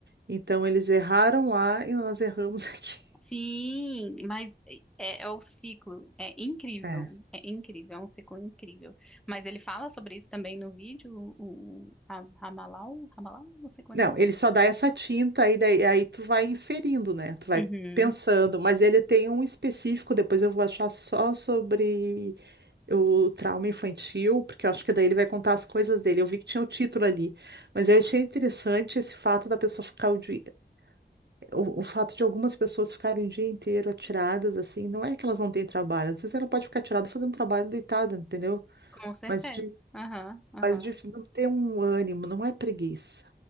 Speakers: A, on the right; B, in the centre.
A: Então, eles erraram lá e nós erramos <laughs> aqui.
B: Sim, mas é, é o ciclo. É incrível.
A: É.
B: É incrível, é um ciclo incrível. Mas ele fala sobre isso também no vídeo, o, o Ra- Ramalau, Ramalau, não sei como é
A: Não,
B: que é o nome.
A: ele só dá essa tinta aí, daí, aí tu vai inferindo, né? Tu vai
B: Uhum,
A: pensando, mas ele tem um específico, depois eu vou achar só sobre. o trauma infantil, porque eu acho que daí ele vai contar as coisas dele. Eu vi que tinha o título ali, mas eu achei interessante esse fato da pessoa ficar o dia, o, o fato de algumas pessoas ficarem o dia inteiro atiradas, assim, não é que elas não têm trabalho, às vezes ela pode ficar atirada fazendo trabalho deitada, entendeu?
B: com certeza.
A: Mas de,
B: Aham, aham.
A: mas de não ter um ânimo, não é preguiça,